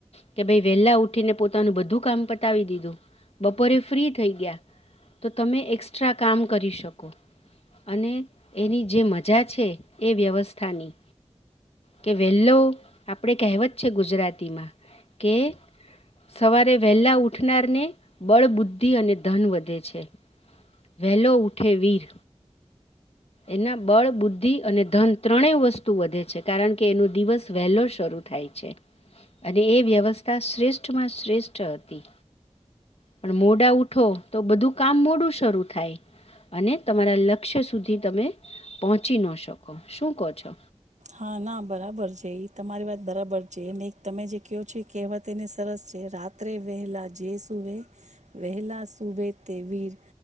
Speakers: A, on the left; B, on the right.
A: કે, ભાઈ વહેલાં ઉઠીને પોતાનું બધું કામ પતાવી દીધું, બપોરે ફ્રી થઈ ગયા, તો તમે એક્સ્ટ્રા કામ કરી શકો, અને એની જે મજા છે એ વ્યવસ્થાની કે વેલો આપણે કહેવત છે, ગુજરાતીમાં કે સવારે વહેલા ઉઠનારને બળ, બુદ્ધિ અને ધન વધે છે. વહેલો ઉઠે વીર એના બળ, બુદ્ધિ અને ધન ત્રણેય વસ્તુ વધે છે, કારણ કે એનો દિવસ વહેલો શરૂ થાય છે અને એ વ્યવસ્થા શ્રેષ્ઠ માં શ્રેષ્ઠ હતી, પણ મોડા ઉઠો તો બધું કામ મોડું શરૂ થાય અને તમારા લક્ષ્ય સુધી તમે પહોંચી ન શકો, શું કહો છો?
B: હા. ના. બરાબર છે, એ તમારી વાત બરાબર છે ને તમે જે કહો છો કહેવતને સરસ છે, રાત્રે વહેલા જે સુવે, વહેલા સુવે તે વીર,